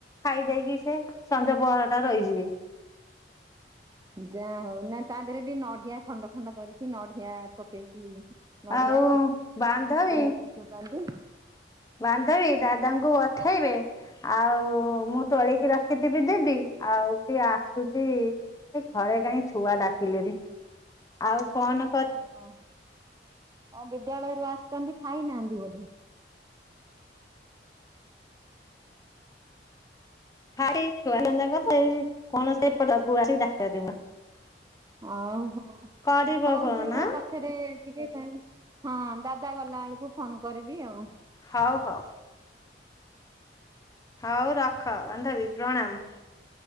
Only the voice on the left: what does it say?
ଖାଇ ଦେଇକି ସେ ସଞ୍ଜ ପହରା ଟା ରହିଯିବି
ଆଉ
ବାନ୍ଧବୀ
ବାନ୍ଧବୀ ଦାଦାଙ୍କୁ ଅଠେଇବେ ଆଉ
ମୁଁ ତୋଳିକି ରଖିଥିବି ଦେବି ଆଉ ଟିକେ ଆସୁଚ ଏ ଘରେ କାହିଁ ଛୁଆ ଡାକିଲେନି ଆଉ କଣ?
<unintelligible>
କରିବ
ଫୋନ
ହଉ ହଉ। ହଉ ରଖ, ବାନ୍ଧବୀ ପ୍ରଣାମ।